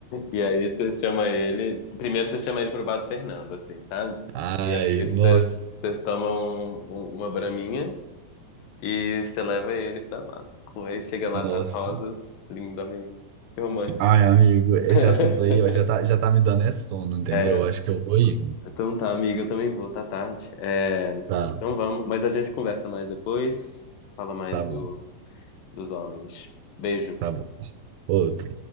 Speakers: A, on the left; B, on the right.
A: E aí você chama ele. Primeiro você chama ele pro Bato Fernando, assim, sabe?
B: Ai,
A: E aí
B: nossa,
A: vocês vocês tomam um- um- uma braminha e você leva ele pra lá. Aí chega lá,
B: nossa.
A: tá as rosas. Lindo, amigo. Que romântico.
B: Ai, amigo, esse
A: <laughs>
B: assunto aí, ó, já tá, já tá me dando é sono, entendeu?
A: É,
B: Acho que eu vou ir.
A: então tá, amiga, eu também vou, tá tarde. É,
B: Tá,
A: então vamos, mas a gente conversa mais depois. Fala mais
B: tá bom,
A: do, dos homens. Beijo.
B: tá bom. Outro.